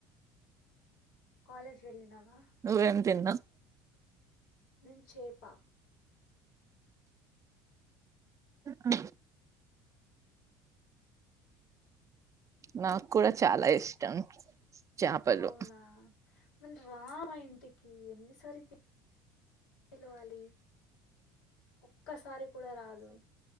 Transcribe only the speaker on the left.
కాలేజ్ వెళ్లినవా
నేన్ చేపా
అవునా మరి రా మా ఇంటి కి ఎన్నిసారి పిల్ పిలవాలి ఒక్కసారి కూడా రాదు